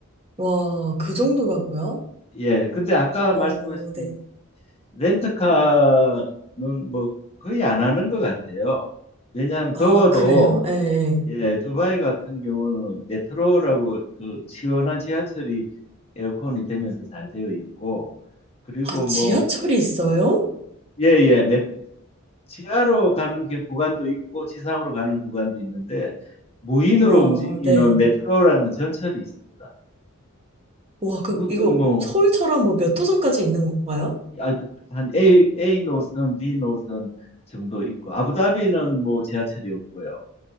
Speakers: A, on the right (about 25°); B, on the left (about 30°).
A: 와, 그 정도라고요?
B: 예, 근데 아까
A: 어,
B: 말씀하신
A: 네.
B: 렌트카는 뭐 거의 안 하는 것 같아요. 왜냐하면
A: 아,
B: 더워도
A: 그래요? 예, 예.
B: 예, 두바이 같은 경우는 메트로라고 그 시원한 지하철이 에어컨이 되면서 잘 되어 있고 그리고
A: 아,
B: 뭐,
A: 지하철이 있어요?
B: 예, 예, 몇, 지하로 가는 게 구간도 있고 지상으로 가는 구간도 있는데 무인으로
A: 와,
B: 움직이는
A: 네
B: 메트로라는 전철이 있습니다.
A: 와, 그,
B: 그것도
A: 이거
B: 뭐,
A: 서울처럼 뭐 몇 호선까지 있는 건가요?
B: 아, 한 A, A 노선, B 노선 정도 있고 아부다비는 뭐 지하철이 없고요.